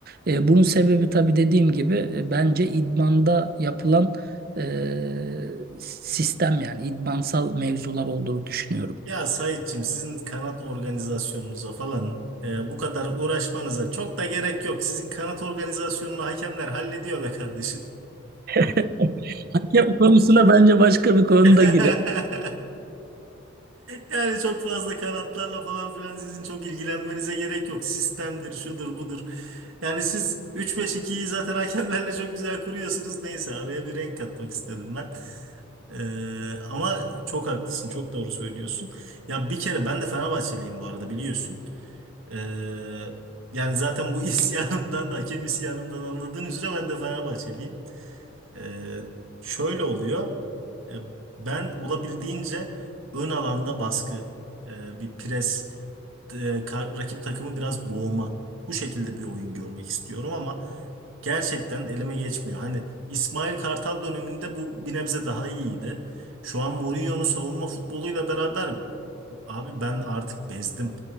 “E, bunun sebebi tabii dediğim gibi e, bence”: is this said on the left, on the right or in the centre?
Right